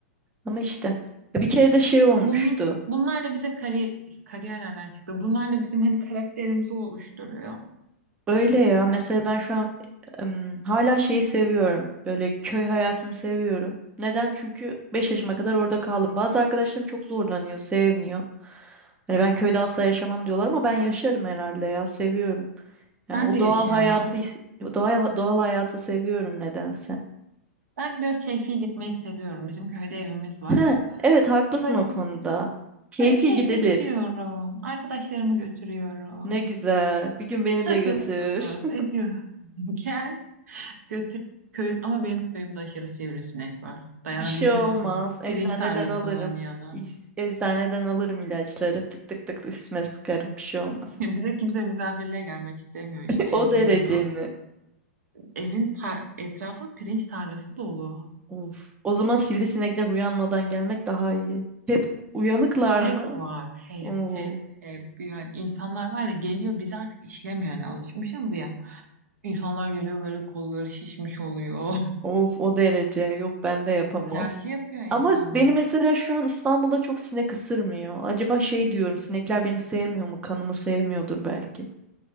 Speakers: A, on the right; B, on the right.
A: Ama işte ya bir kere de şey olmuştu.
B: Bunun, bunlarla bize kari, kariyer nereden çıktı? Bunlarla bizim hani karakterimizi oluşturuyor.
A: Öyle ya. Mesela ben şu an ım, hala şeyi seviyorum. Böyle köy hayatını seviyorum. Neden? Çünkü 5 yaşıma kadar orada kaldım. Bazı arkadaşlarım çok zorlanıyor, sevmiyor. Hani ben köyde asla yaşamam diyorlar ama ben yaşarım herhalde ya, seviyorum. Yani
B: Ben
A: o
B: de yaşayamam.
A: doğal hayatı doğal, doğal hayatı seviyorum nedense.
B: ben böyle keyfi gitmeyi seviyorum. Bizim köyde evimiz var.
A: He, evet haklısın
B: Böyle
A: o konuda. Keyfi
B: Böyle keyfe
A: gidilir.
B: gidiyorum. Arkadaşlarımı götürüyorum.
A: Ne güzel. Bir gün beni
B: Takılıyoruz,
A: de götür.
B: ediyor. <laughs> Gel götür köyüm ama benim köyümde aşırı sivrisinek var. Dayanabilir
A: <laughs> Bir şey olmaz.
B: misin?
A: Eczaneden
B: Pirinç tarlasının
A: alırım.
B: yanı.
A: İz- Eczaneden alırım ilaçları. Tık tık tık üstüme sıkarım. Bir şey olmaz.
B: <laughs> Bize kimse misafirliğe gelmek istemiyor
A: <laughs>
B: işte
A: O
B: yazın
A: derece
B: bundan.
A: mi?
B: Evin ta- etrafı pirinç tarlası dolu.
A: Of. O zaman sivrisinekler uyanmadan gelmek daha iyi. Hep uyanıklar
B: Hep
A: mı?
B: var, hep,
A: Oo.
B: hep, hep. Yani insanlar var ya geliyor biz artık işlemiyor yani alışmışız ya. İnsanlar geliyor böyle kolları şişmiş oluyor.
A: Of o derece. Yok ben de yapamam.
B: <laughs> Alerji yapıyor insanlar.
A: Ama beni mesela şu an İstanbul'da çok sinek ısırmıyor. Acaba şey diyorum sinekler beni sevmiyor mu? Kanımı sevmiyordur belki.